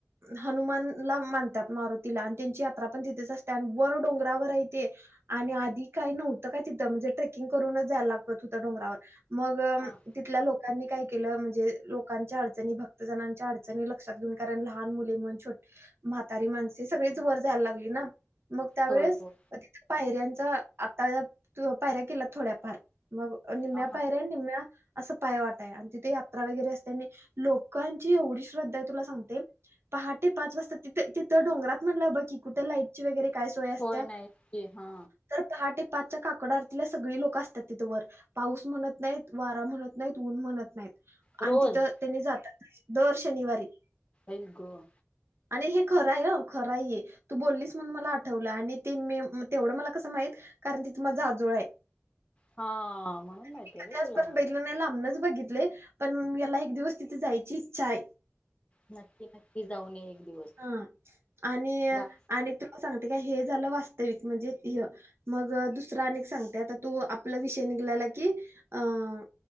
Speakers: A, on the right; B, on the left.
A: हनुमानला मानतात, मारुतीला. आणि त्यांची यात्रा पण तिथेच असते. आणि वर डोंगरावर येते आणि आधी काही नव्हतं काय तिथं म्हणजे ट्रेकिंग करूनच जायला लागत होतं डोंगरावर. मगं
B: हा
A: लोकांनी काय केलं म्हणजे लोकांच्या अडचणी भक्तजणांच्या अडचणी लक्षात घेऊन कारण लहान मुले म्हणजे छोटी म्हातारी माणसे सगळीच वर जायला लागली ना. मग त्यावेळेस.
B: होय होय
A: पायऱ्यांचा आता अं पायऱ्या केल्यात थोड्याफार. मग निम्या
B: हा हा
A: पायरे निम्या. असं पाय वाट हाय आणि तिथे यात्रा वगैरे असते. आणि लोकांची एवढी श्रद्धा आहे, तुला सांगते पहाटे पाच वाजता तिथे तिथं डोंगरात म्हटलं बघ की कुठे लाईटची वगैरे काय सोय असते
B: होय नाही की हा
A: तर ते पाचच्या काकड आरतीला सगळी लोक असतात तिथं वर पाऊस म्हणत नाही वारा म्हणत नाही नाहीत ऊन म्हणत नाहीत.
B: रोज
A: आणि तिथं त्यांनी जाता दर शनिवारी
B: आई गं.
A: आणि हे खरं आहे हं खरं आहे हे, तू बोललीस म्हणून मला आठवलं. आणि ते मी तेवढं मला कसं माहित कारण तिथ माझ आजोळ आहे.
B: हां म्हणून माहती
A: मी कधी
B: व्हय
A: आजपर्यंत
B: तुला?
A: <unintelligible> बघितलंय, पण मला एक दिवस तिथे जायची इच्छा आहे.
B: नक्की नक्की जाऊन ये एक दिवस
A: हा. आणि,
B: दा
A: आणि सांगते का हे झालं वास्तविक म्हणजे हे मग दुसरा आनिक सांगते आता तू आपला विषय निघलाला की अं